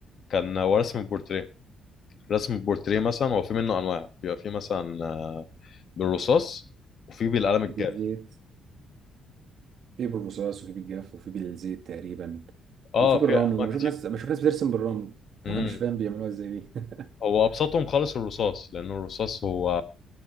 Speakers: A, on the left; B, on the right.
A: كان هو رسم البورتريه رسم البورتريه مثلا هو في منه انواع بيبقى في مثلا آه، بالرصاص وفي بالقلم الجاف
B: بالزيت في بالرصاص وفي بالجاف وفي بالزيت تقريبا
A: اه
B: وفي بالرمل
A: في انواع
B: انا بشوف ناس بشوف ناس بترسم بالرمل <laughs>
A: كتيره
B: انا مش فاهم بيعملوها ازاي دي <laughs>
A: هو ابسطهم خالص الرصاص لان الرصاص هو